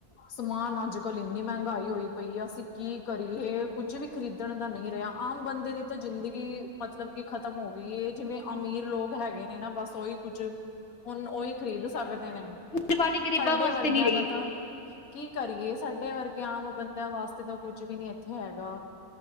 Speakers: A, on the left (about 80°); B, on the left (about 55°).
A: ਸਮਾਨ ਅੱਜ-ਕੱਲ੍ਹ ਇੰਨੀ ਮਹਿੰਗਾਈ ਹੋਈ ਪਈ ਆ ਅਸੀਂ ਕੀ ਕਰੀਏ ਕੁੱਝ ਵੀ ਖਰੀਦਣ ਦਾ ਨਹੀਂ ਰਿਹਾ। ਆਮ ਬੰਦੇ ਦੀ ਤਾਂ ਜ਼ਿੰਦਗੀ ਮਤਲਬ ਕਿ ਖਤਮ ਹੋ ਗਈ ਏ ਜਿਵੇਂ ਅਮੀਰ ਲੋਕ ਹੈਗੇ ਨੇ ਨਾ ਬੱਸ ਉਹੀ ਕੁਝ ਹੁਣ ਉਹੀ ਖ਼ਰੀਦ ਸਕਦੇ ਨੇ,
B: ਦੀਵਾਲੀ ਗਰੀਬਾਂ
A: ਸਾਡੇ
B: ਵਾਸਤੇ
A: ਵਰਗਿਆਂ
B: ਨੀ ਰਹੀ
A: ਦਾ ਤਾਂ ਕੀ ਕਰੀਏ ਸਾਡੇ ਵਰਗੇ ਆਮ ਬੰਦਿਆਂ ਵਾਸਤੇ ਤਾਂ ਕੁੱਝ ਵੀ ਨੀਂ ਇੱਥੇ ਹੈਗਾ।